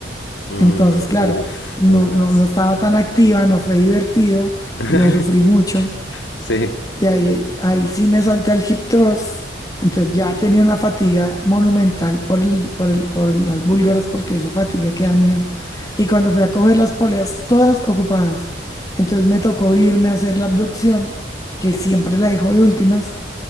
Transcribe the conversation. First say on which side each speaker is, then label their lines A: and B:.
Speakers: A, on the left; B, on the left.
A: Mm,
B: Entonces, claro,
A: uf,
B: no,
A: búlgaras.
B: no, no estaba tan activa, no fue divertido,
A: <laughs>
B: lo sufrí mucho.
A: Sí,
B: De ahí, ahí sí me salté al hip thrust. Entonces ya tenía una fatiga monumental por el, por el, por el- las búlgaras, porque eso fatiga que da miedo. Y cuando fui a coger las poleas, todas ocupadas. Entonces me tocó irme a hacer la abducción, que siempre la dejo de últimas